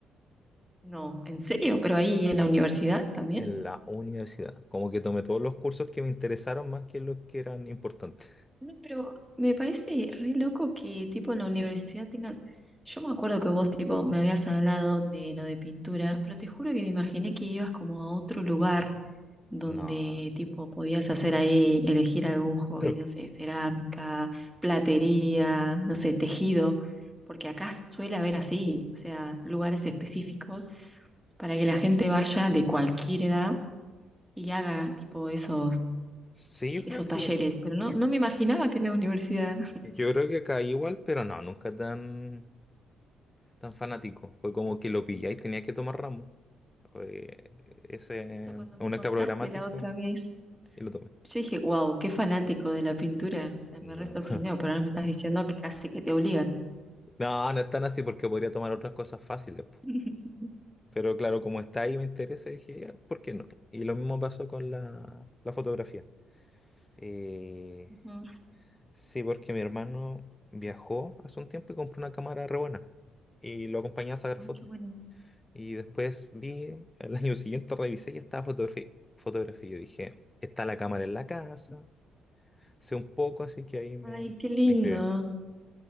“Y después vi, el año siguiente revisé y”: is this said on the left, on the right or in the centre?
Left